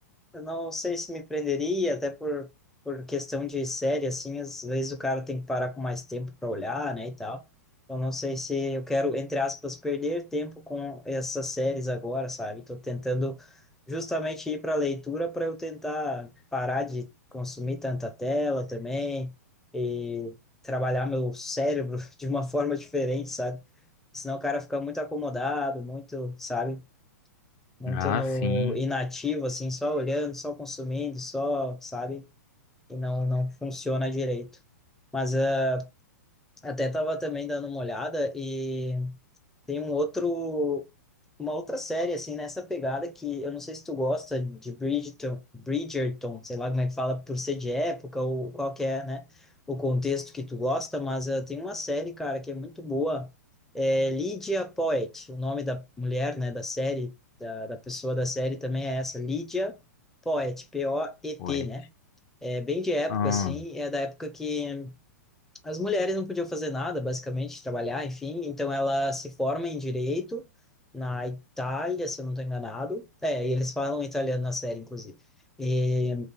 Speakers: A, in the centre; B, on the left.
A: Eu não sei se me prenderia, até por, por questão de série, assim, às vezes o cara tem que parar com mais tempo para olhar, né, e tal. Eu não sei se eu quero, entre aspas, perder tempo com essas séries agora, sabe? Tô tentando justamente ir para leitura para eu tentar parar de consumir tanta tela também e trabalhar meu cérebro <laughs> de uma forma diferente, sabe? Senão o cara fica muito acomodado, muito, sabe? muito
B: Ah,
A: no
B: sim.
A: inativo, assim, só olhando, só consumindo, só, sabe? E não, não funciona direito. Mas ah, até tava também dando uma olhada e tem um outro, uma outra série, assim, nessa pegada que eu não sei se tu gosta de Bridgerton, Bridgerton, sei lá como é que fala, por ser de época ou qual que é, né, o contexto que tu gosta, mas eh, tem uma série, cara, que é muito boa, é Lydia Poet, o nome da mulher, né, da série, da, da pessoa da série também é essa, Lydia Poet, P-O-E-T,
B: Ué.
A: né, é bem de época,
B: Ah,
A: assim, é da época que as mulheres não podiam fazer nada, basicamente, trabalhar, enfim. Então ela se forma em direito na Itália, se eu não estou enganado. É, e eles falam italiano na série, inclusive. E